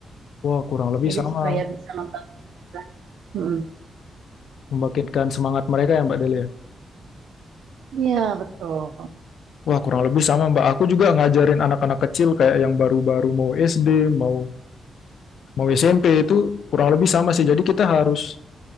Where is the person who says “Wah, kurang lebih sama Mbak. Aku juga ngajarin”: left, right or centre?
Left